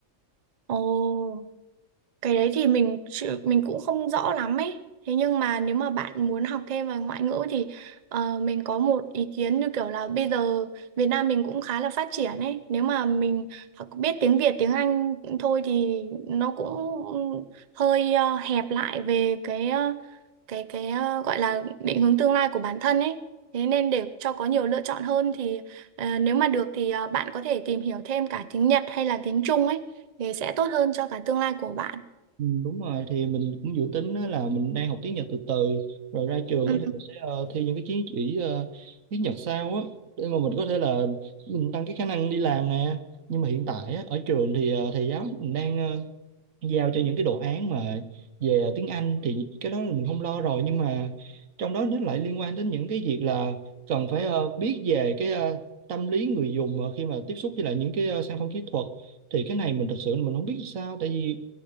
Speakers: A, on the right; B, on the right.
A: Ồ. Cái đấy thì mình chữ- mình cũng không rõ lắm ấy. Thế nhưng mà nếu mà bạn muốn học thêm về ngoại ngữ thì ờ, mình có một ý kiến như kiểu là bây giờ Việt Nam mình cũng khá là phát triển ấy. Nếu mà mình học- biết tiếng Việt, tiếng Anh thôi thì nó cũng hơi ờ, hẹp lại về cái ờ, cái cái ờ, gọi là định hướng tương lai của bản thân ấy. Thế nên để cho có nhiều lựa chọn hơn thì ờ, nếu mà được thì ờ, bạn có thể tìm hiểu thêm cả tiếng Nhật hay là tiếng Trung ấy thì sẽ tốt hơn cho cả tương lai của bạn.
B: ừ, đúng rồi thì mình cũng dự tính á là mình đang học tiếng Nhật từ từ rồi ra trường
A: Ừ.
B: á thì mình sẽ ờ, thi những cái chứng chỉ ờ, tiếng Nhật sau á để mà mình có thể là mình tăng cái khả năng đi làm nè nhưng mà hiện tại á, ở trường thì ờ, thầy giáo mình đang ờ, giao cho những cái đồ án mà về tiếng Anh thì cái đó là mình không lo rồi nhưng mà trong đó nó lại liên quan đến những cái việc là cần phải ờ, biết về cái ờ, tâm lý người dùng ờ, khi mà tiếp xúc với lại những cái ờ, sản phẩm kỹ thuật thì cái này mình thật sự mình không biết sao tại vì